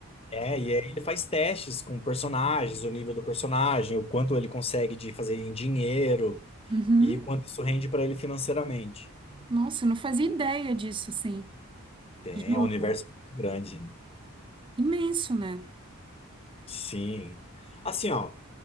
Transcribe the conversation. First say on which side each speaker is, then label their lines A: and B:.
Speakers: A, on the left; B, on the right.
A: é, e aí ele faz testes com personagens, o nível do personagem, o quanto ele consegue de fazer em dinheiro
B: Uhum.
A: e quanto isso rende para ele financeiramente.
B: Nossa, eu não fazia ideia disso, assim.
A: Tem,
B: Juro.
A: é um universo muito grande.
B: Imenso, né?
A: Sim. Assim, ó,